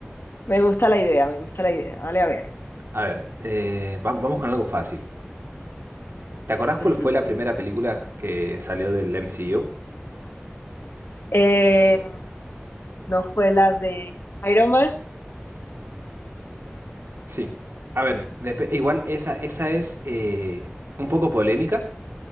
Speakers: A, on the left (about 70°); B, on the right (about 75°).
A: Me gusta la idea, me gusta la idea. Dale a ver.
B: A ver, eh, va- vamos con algo fácil. ¿Te acordás cuál
A: Ujú.
B: fue la primera película que salió del MCU?
A: Eh, no fue la de Iron Man
B: Sí. A ver, dep- igual esa, esa es eh, un poco polémica